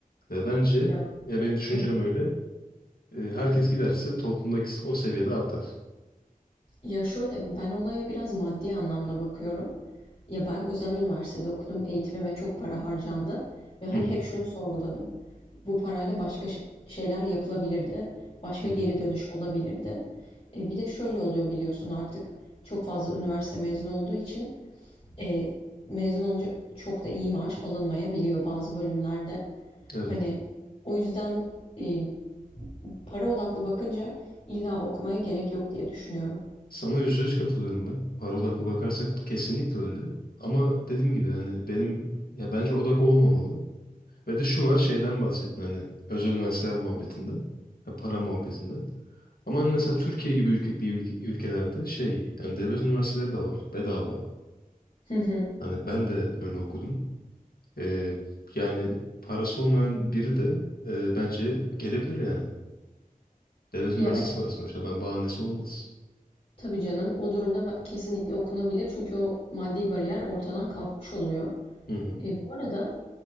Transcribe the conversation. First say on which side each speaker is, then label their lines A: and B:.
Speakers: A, on the left; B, on the left.
A: Ve bence,
B: Ya.
A: ya benim düşüncem
B: Hı hı.
A: öyle, e, herkes giderse toplumdaki o seviyede artar.
B: Ya şöyle ben olaya biraz maddi anlamda bakıyorum. Ya ben özel üniversitede okudum, eğitimime çok para harcandı ve hani
A: Hı hı.
B: hep şunu sorguladım. Bu parayla başka ş- şeyler yapılabilirdi. Başka
A: Hı
B: geri
A: hı.
B: dönüş olabilirdi. E, bir de şöyle oluyor biliyorsun artık çok fazla üniversite mezunu olduğu için e, mezun olunca çok da iyi maaş alınmayabiliyor bazı bölümlerde.
A: Evet.
B: Hani o yüzden e, para odaklı bakınca illa okumaya gerek yok diye düşünüyorum.
A: Sana yüzde yüz katılıyorum ben. Para odaklı bakarsak kesinlikle öyle. Ama dediğim gibi hani benim ya bence odak o olmamalı. Ve de şu var şeyden bahsettin hani özel üniversiteler muhabbetinden. ya para muhabbetinden. Ama hani mesela Türkiye gibi ülke, bir ülke- ülkelerde şey yani devlet üniversiteleri de var bedava.
B: Hı hı.
A: Hani ben de öyle okudum. Ee, yani parası olmayan biri de e, bence gelebilir yani. Devlet üniversitesi
B: Ya evet
A: var sonuçta. Ben bahanesi olmaz.
B: tabii canım o durumda ben- kesinlikle okunabilir çünkü o maddi bariyer ortadan kalkmış oluyor.
A: Hı hı.
B: E, bu arada